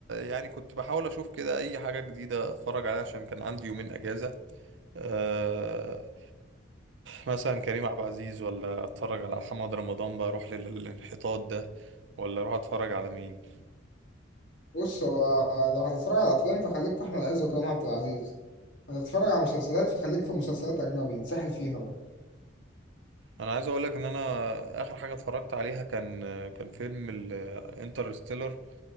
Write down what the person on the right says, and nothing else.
يعني كنت بحاول اشوف كده اي حاجه جديده اتفرج عليها عشان كان عندي يومين اجازه أه مثلا كريم عبد العزيز ولا اتفرج على محمد رمضان بقى اروح لل- للانحطاط ده ولا اروح اتفرج على مين
انا عايز اقول لك ان انا اخر حاجه اتفرجت عليها كان كان فيلم الانترستيلر